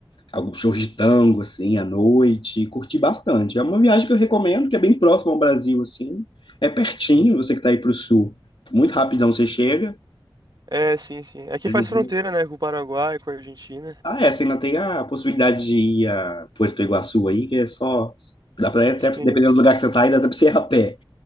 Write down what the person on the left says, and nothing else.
alguns shows de tango, assim, à noite. Curti bastante. É uma viagem que eu recomendo, que é bem próxima ao Brasil, assim. É pertinho, você que está aí para o sul. Muito rapidão você chega.
Eu
não vi-
Ah, é, você ainda tem a possibilidade de ir a Puerto Iguaçu aí, que é só... Dá para até,
dependendo do lugar que você tá aí dá para você ir a pé.